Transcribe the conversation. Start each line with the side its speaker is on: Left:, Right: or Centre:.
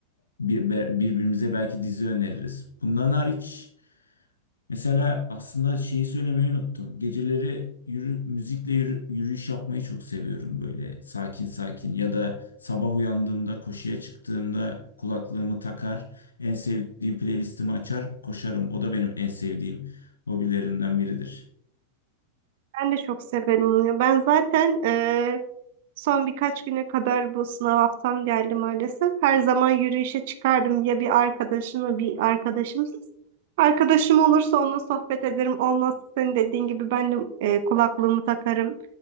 Left: Bir, be- birbirimize belki dizi öneririz. Bundan hariç mesela aslında şeyi söylemeyi unuttum. Geceleri yürü, müzikle yürü- yürüyüş yapmayı çok seviyorum böyle sakin sakin ya da sabah uyandığımda koşuya çıktığımda kulaklığımı takar, en sevdiğim playlistimi açar, koşarım. O da benim en sevdiğim hobilerimden biridir.
Right: Ben de çok severim onu. Ben zaten eee, son birkaç güne kadar bu sınav haftam geldi maalesef. Her zaman yürüyüşe çıkardım ya bir arkadaşımla bir arkadaşımsız. Arkadaşım olursa onunla sohbet ederim. Olmazsa senin dediğin gibi ben de eee, kulaklığımı takarım.